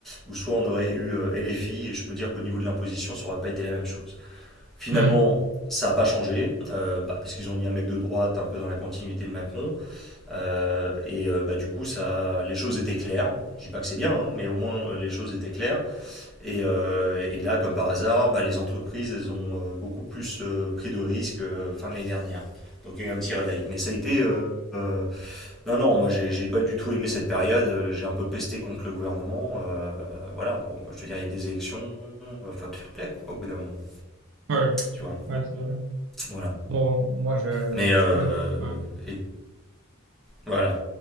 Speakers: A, in the centre; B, on the right.
A: ou soit on aurait eu euh, LFI et je peux dire qu'au niveau de l'imposition ça aurait pas été la même chose finalement
B: Hmm.
A: ça n'a pas changé, euh, bah, parce qu'ils ont mis un mec de droite un peu dans la continuité de Macron. Euh, et euh, bah, du coup, ça, les choses étaient claires. Je dis pas que c'est bien, hein, mais au moins euh, les choses étaient claires. Et, euh, et là, comme par hasard, bah, les entreprises elles ont euh, beaucoup plus euh, pris de risques euh, fin de l'année dernière. Donc il y a eu un petit réveil. Mais ça a été. euh, euh, non, non, moi j'ai j'ai pas du tout aimé cette période. Euh, J'ai un peu pesté contre le gouvernement. euh, voilà, bon, je veux dire, il y a des élections. il Faut te faire plaisir, quoi, au bout d'un moment.
B: Ouais.
A: Tu vois
B: Ouais, c'est vrai.
A: Voilà.
B: Bon, moi, je,
A: Mais. euh,
B: je connais. Ouais.
A: et, voilà.